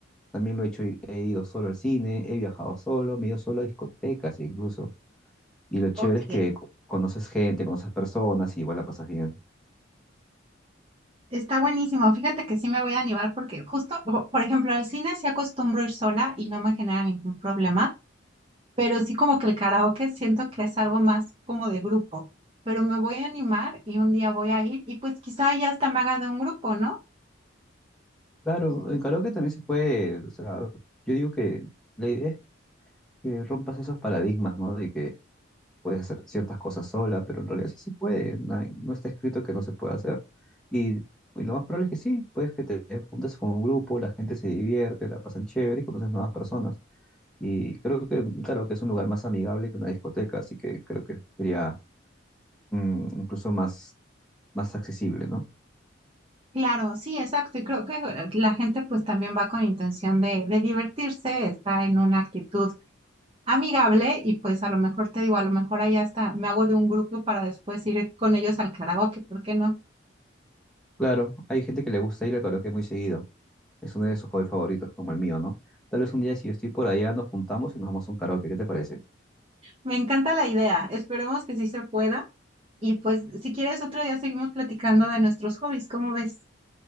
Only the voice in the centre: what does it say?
También lo he hecho, ir- he ido solo al cine, he viajado solo, me he ido solo a discotecas incluso. Y lo chévere
es que co- conoces gente, conoces personas y igual la pasas bien.
Claro, en karaoke también se puede, o sea, yo digo que la idea es que rompas esos paradigmas, ¿no? De que puedes hacer ciertas cosas sola, pero en realidad sí se puede, no, hay- no está escrito que no se pueda hacer. Y, y lo más probable es que sí, puedes que te juntes con un grupo, la gente se divierte, la pasan chévere y conoces nuevas personas. Y creo que, claro, que es un lugar más amigable que una discoteca, así que creo que sería mm, incluso más, más accesible, ¿no?
Claro, hay gente que le gusta ir al karaoke muy seguido. Es uno de sus hobbies favoritos, como el mío, ¿no? Tal vez un día, si yo estoy por allá, nos juntamos y nos vamos a un karaoke. ¿Qué te parece?